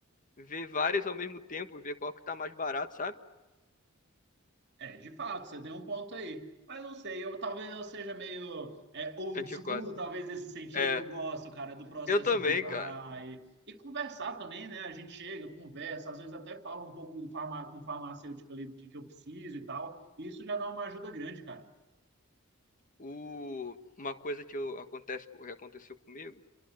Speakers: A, on the left; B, on the right.
A: ver várias ao mesmo tempo, ver qual que tá mais barato, sabe?
B: É, de fato, você tem um ponto aí. Mas não sei, eu talvez eu seja meio é, old
A: Antiquado.
B: school, talvez nesse sentido.
A: É,
B: Eu gosto, cara, do processo
A: eu também,
B: de ir lá
A: cara.
B: e, e conversar também, né? A gente chega, conversa, às vezes até fala um pouco do farma, com o farmacêutico ali do que, que eu preciso e tal. E isso já dá uma ajuda grande, cara.
A: O, uma coisa que eu, acontece, que aconteceu comigo,